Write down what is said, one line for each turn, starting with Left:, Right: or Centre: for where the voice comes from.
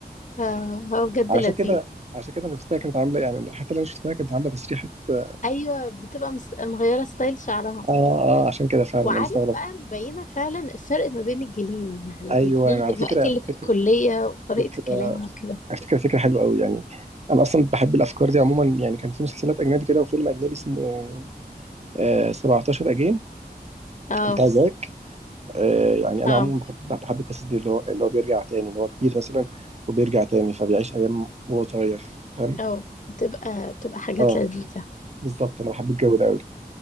Left: فهو بجد
Right: وعشان
Left: لذيذ
Right: كده عشان كده انا شفتها كانت عامله يعني الحته اللي انا شفتها كانت عامله تسريحه اه
Left: أيوة بتبقى مس- مغيرة ستايل شعرها
Right: اه عشان كده فعلا
Left: وعارف
Right: انا استغرب
Left: بقى مبينة فعلا الفرق ما بين الجيلين يعني
Right: ايوه
Left: الجيل
Right: يعني على
Left: دلوقتي
Right: فكره
Left: اللي في
Right: فكره
Left: الكلية وطريقة
Right: فكره
Left: الكلام وكده
Right: فكره فكره حلوه قوي يعني انا اصلا بحب الافكار دي عموما يعني كان في مسلسلات اجنبي كده وفيلم اجنبي اسمه آه 17 اجين
Left: اه
Right: بتاع زاك آه يعني انا
Left: اه
Right: عموما بحب بحب القصص دي اللي هو اللي هو بيرجع تاني اللي هو كبير مثلا وبيرجع تاني فبيعيش ايام وهو صغير فاهم
Left: اه بتبقى بتبقى حاجات
Right: اه
Left: لذيذة
Right: بالظبط انا بحب الجو ده قوي